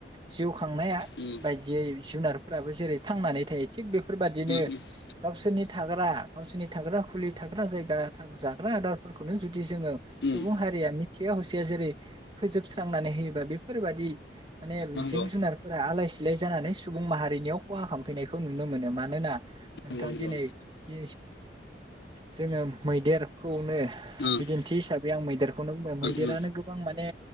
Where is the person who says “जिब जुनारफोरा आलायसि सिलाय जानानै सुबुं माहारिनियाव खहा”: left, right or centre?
Right